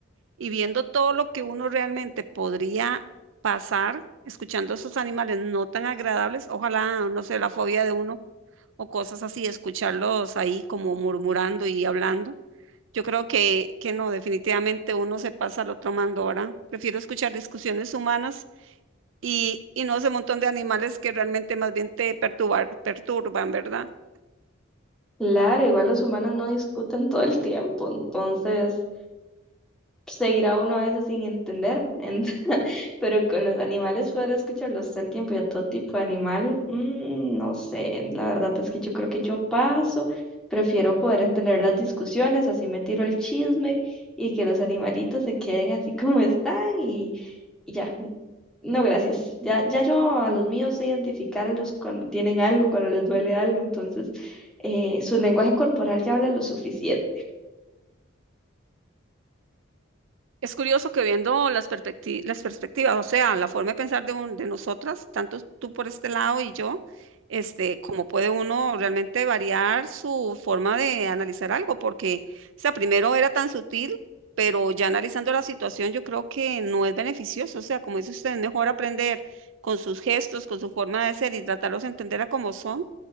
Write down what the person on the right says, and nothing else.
y viendo todo lo que uno realmente podría pasar escuchando a esos animales no tan agradables, ojalá, no sé, la fobia de uno o cosas así, escucharlos ahí como murmurando y hablando. Yo creo que, que no, definitivamente uno se pasa al otro mando ahora. Prefiero escuchar discusiones humanas y, y no ese montón de animales que realmente más bien te perturbar- perturban, ¿verdad?
Es curioso que viendo las perspecti- las perspectivas, o sea, la forma de pensar de, un, de nosotras, tanto tú por este lado y yo, este, cómo puede uno realmente variar su forma de analizar algo, porque, o sea, primero era tan sutil, pero ya analizando la situación, yo creo que no es beneficioso, o sea, como dice usted, es mejor aprender con sus gestos, con su forma de ser y tratarlos de entender a cómo son